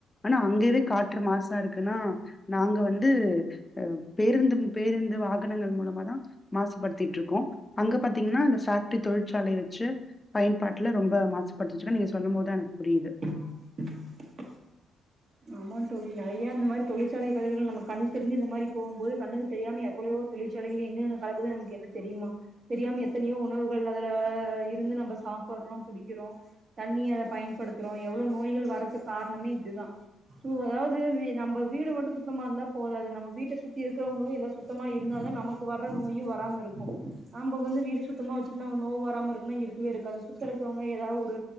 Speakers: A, on the left; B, on the right.
A: ஆனா அங்கெது காற்று மாசா இருக்குனா நாங்க வந்து அ பேருந்து பேருந்து வாகனங்கள் மூலமாதா மாசுபடுத்திட்டு இருக்கோ அங்க பாத்தீங்கன்னா இந்த ஃபேக்டரி தொழிற்சாலைய வெச்சு பயன்பாட்ல ரொம்ப மாசுபட்டுச்சினா நீங்க சொல்லும்போதா எனக்கு புரிது
B: ஆஹ் ஆமாந் தோழி நெறையா இந்த மாரி தொழிற்சாலை கழிவுகள் நம்ம கண்ணு தெரிஞ்சு இந்த மாரி போகும்போது கண்ணுக்கு தெரியாம எவ்ளவோ தொழிற்சாலைகள் எங்கெங்க கலக்குதுன் நமக்கு என்ன தெரிமா தெரியாம எத்தனையோ உணவுகள் அதுல இருந்து நம்ம சாப்பறோ புடிக்கிறோ தண்ணிய அத பயன்படுத்துறோ எவ்ளோ நோய்கள் வர்றதுக்கு காரணமே இதுதா சோ அதாவது வீ நம்ம வீடு மட்டும் சுத்தமா இருந்தா போதாது நம்ம வீட்ட சுத்தி இருக்கறவங்களு எல்லா சுத்தமா இருந்தாதா நமக்கு வர்ர நோயு வராம இருக்கு நாம வந்து வீடு சுத்தமா வெச்சுட்டு நோவு வராம இருக்குன்னா இரு இருக்காது சுத்தறக்கு அவுங்க எதா ஒரு